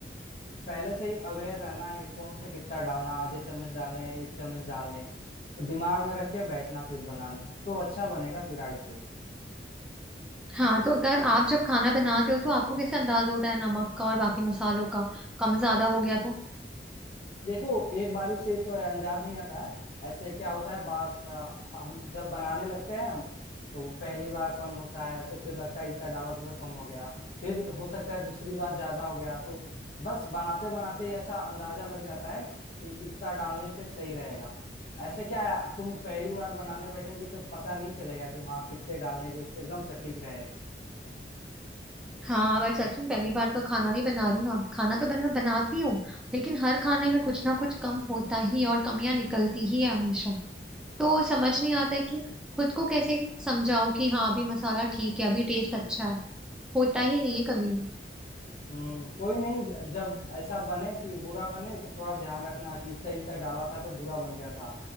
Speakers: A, on the left; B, in the centre.
A: पहले से ही अवेयर रहना है कौन सा कितना डालना आधे चम्मच डालने हैं, एक चम्मच डालने हैं। तो दिमाग में रख के बैठना फिर बनाने तो अच्छा बनेगा फिर आगे से
B: हाँ तो अगर आप जब खाना बनाते हो तो आपको कैसे अंदाज होता है नमक का और बाकी मसालों का कम ज्यादा हो गया तो
A: देखो एक बारिश से तो अंजाद नहीं आता है ऐसे क्या होता है बार अ, हम जब बनाने लगते हैं हम तो पहली बार कम होता है तो फिर लगता है इतना डाला था तो कम हो गया फिर हो सकता है दूसरी बार ज्यादा हो गया तो बस बनाते बनाते ही ऐसा अंदाजा लग जाता है कि इतना डालने पे सही रहेगा ऐसे क्या है तुम पहली बार बनाने बैठोगी तो पता नहीं चलेगा कि हाँ कितने डालने जो उससे एकदम सटीक रहे
B: हाँ पर सच में पहली बार तो खाना नहीं बना रही हूँ ना खाना तो बन मैं बनाती हूँ लेकिन हर खाने में कुछ ना कुछ कम होता ही है और कमियां निकलती ही है हमेशा तो समझ नहीं आता है कि खुद को कैसे समझाओ कि हाँ अभी मसाला ठीक है अभी टेस्ट अच्छा है होता ही नहीं है कभी भी
A: हम्म कोई नहीं ज- जब ऐसा बने कि बुरा बने तो थोड़ा ध्यान रखना कि इतना इतना डाला था तो बुरा बन गया था